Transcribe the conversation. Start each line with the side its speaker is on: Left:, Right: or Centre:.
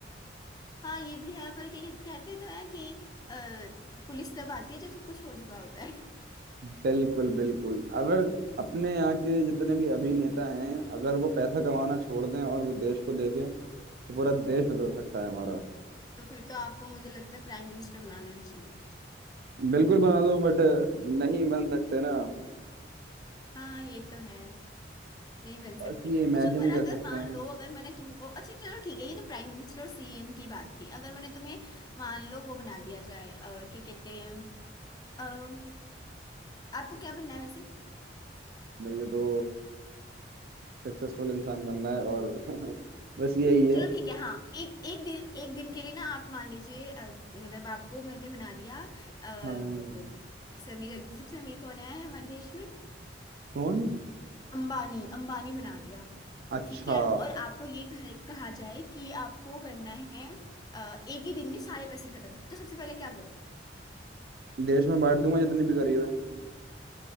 Left: हाँ ये भी है पर क्या कहते कहते तो है कि अ, पुलिस तब आती है जब सब कुछ हो चुका होता है <laughs>
Right: बिल्कुल बिल्कुल अगर अपने यहाँ के जितने भी अभिनेता हैं अगर वो पैसा कमाना छोड़ दें और वो देश को देखें तो पूरा देश बदल सकता है हमारा
Left: तो फिर तो आपको मुझे लगता है प्राइम मिनिस्टर बना देना चाहिए
Right: बिल्कुल बना दो बट नहीं बन सकते ना
Left: हाँ ये तो है नहीं बन
Right: बस
Left: सकते
Right: ये इमेजिन
Left: अच्छा पर
Right: ही कर
Left: अगर
Right: सकते
Left: मान
Right: हैं
Left: लो अगर मैंने तुमको अच्छा चलो ठीक है ये तो प्राइम मिनिस्टर और सीएम की बात थी अगर मैंने तुम्हें मान लो वो बना दिया जाए अ, क्या कहते हैं अ, आपको क्या बनना है वैसे
Right: मुझे तो सक्सेसफुल इंसान बनना है और <laughs> बस यही है
Left: चलो ठीक है हाँ एक एक दिन एक दिन के लिए ना आप मान लीजिए अ, मतलब आपको मैंने बना दिया अ,
Right: हाँ
Left: वो सबसे अमीर सबसे अमीर कौन है हमारे देश में
Right: कौन
Left: अंबानी अंबानी बना दिया
Right: अच्छा
Left: ठीक है और आपको ये कह, कहा जाए कि आपको करना है अ, एक ही दिन में सारे पैसे खत्म तो सबसे पहले क्या
Right: देश में बांट दूंगा जितने भी गरीब है